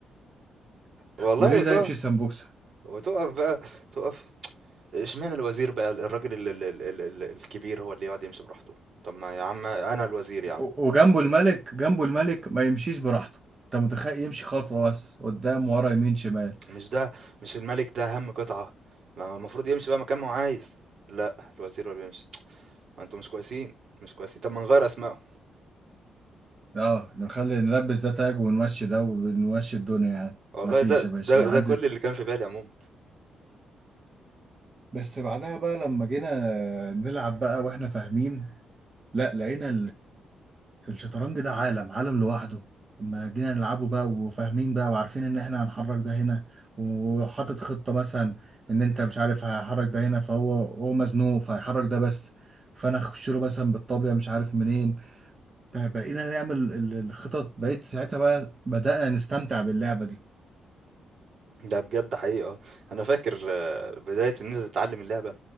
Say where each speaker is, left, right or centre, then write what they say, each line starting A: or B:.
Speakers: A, on the right; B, on the right.
A: والله
B: وليه
A: وتقف
B: ده يمشي سمبوكسة
A: وتقف بقى تقف اشمعنى الوزير بقى الراجل ال ال ال ال ال الكبير هو اللي يقعد يمشي براحته طب ما يا عم انا الوزير يا عم
B: و- وجنبه الملك جنبه الملك ما يمشيش براحته انت متخيل يمشي خطوة بس قدام ورا يمين شمال
A: مش ده مش الملك ده اهم قطعة ما المفروض يمشي بقى مكان ما هو عايز لا الوزير هو اللي بيمشي ما انتوا مش كويسين مش كويسين طب ما نغير اسمائهم
B: اه نخلي نلبس ده تاج ونمشي ده ونمشي الدنيا يعني
A: والله
B: ما فيش
A: ده
B: يا باشا
A: ده
B: ما عندي
A: ده كل اللي كان في بالي عموما
B: بس بعدها بقى لما جينا نلعب بقى واحنا فاهمين لا لقينا الشطرنج ده عالم عالم لوحده لما جينا نلعبه بقى وفاهمين بقى وعارفين ان احنا هنحرك ده هنا وحاطط خطة مثلا ان انت مش عارف هحرك ده هنا فهو هو مزنوق فهيحرك ده بس فانا اخش له مثلا بالطابية مش عارف منين ب- بقينا نعمل ال- الخطط بقيت ساعتها بقى بدأنا نستمتع باللعبة دي
A: ده بجد حقيقة أنا فاكر آه، بداية إن أنت تتعلم اللعبة